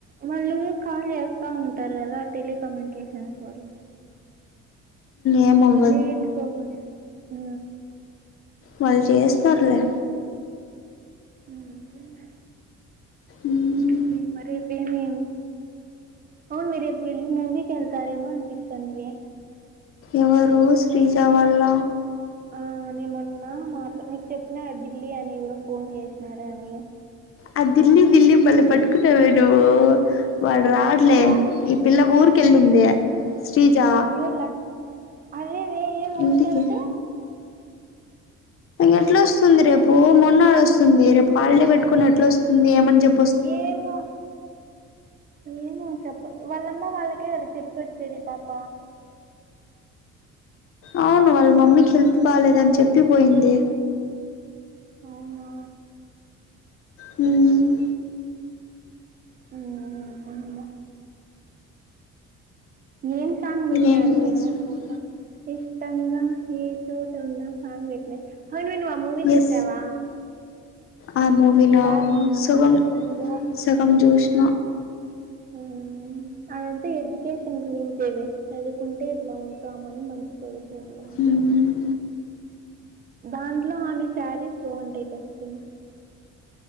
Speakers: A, on the right; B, on the left.
A: వాళ్ళు కాల్ చేస్తా ఉంటారు కదా టెలికమ్యూనికేషన్స్ వాళ్ళు
B: ఏమ్ అవ్
A: మీట్ కోకుని ఆ
B: వాళ్ళు చేస్తరులే
A: అంతేలే
B: మ్మ్.
A: ఇంకెం మ రేపేమి అవును మే రేపు వీళ్ళు మూవీకి వెళ్తారేమో అనిపిస్తుంది
B: ఎవరు శ్రీజ వాల్ల
A: ఆ నేమొన్నా మాట్ నీకు చెప్పిన ఢిల్లీ అని ఎవరో ఫోన్ చేసినారని
B: ఆ దిల్లీ దిల్లీ బలే పట్టుకున్నావే నువ్వు వాళ్ళు రార్లే
A: వాళ్ళు
B: ఈ పిల్ల ఊరికెళ్ళింది శ్రీజా
A: ఎవర్ లక్ అదేనే ఏమ్ ఊరుకెళ్తే
B: ఇంటికి ఎట్లోస్తుంది రేపు మొన్నాడ్ వస్తుంది రేపు హాలిడే పెట్టుకొని ఎట్లా వస్తుంది ఏమని చెప్
A: ఏమో ఏమో చెప్ప వాళ్ళమ్మ వాళ్ళకే కద చెప్పొచ్చేది ఈ పాప
B: అవును వాళ్ళ మమ్మీకి హెల్త్ బాలేదని చెప్పి పోయింది
A: అవునా
B: హుమ్
A: హుమ్ ఏం సాంగ్ పెట్టినారు
B: ఏం
A: మీరు
B: చేస్తాం
A: ఫోన్ లో ఇష్టంగా ఏ చోట ఉన్నా సాంగ్ పెట్నా అవును మే నువ్వు ఆ మూవి చూసావా
B: ఎస్ ఆ మూవీనా
A: సార్ మూవీ
B: సుగం
A: బాగుంది
B: సగం జుష్న
A: హుమ్ అదంత ఎడ్యుకేషన్ గురించే వే చదువుకుంటే ఇట్లా ఉంటామని మంచి పొజిషన్ <unintelligible>
B: ఉమ్,
A: దాంట్లో ఆమె శారీస్ బాగుంటాయి <unintelligible>